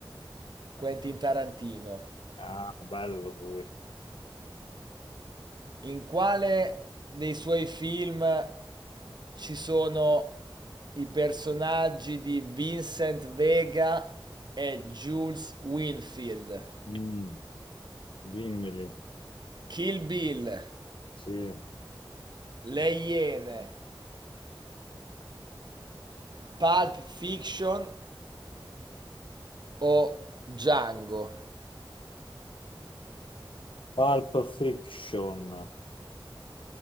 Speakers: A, on the right; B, on the left.
A: Quentin Tarantino.
B: Ah, bello lui.
A: In quale dei suoi film ci sono i personaggi di Vincent Vega e Jules Winfield?
B: Mm, dimmeli.
A: Kill Bill,
B: Sì.
A: Le Iene, Pulp Fiction o Django?
B: Pulp Fiction.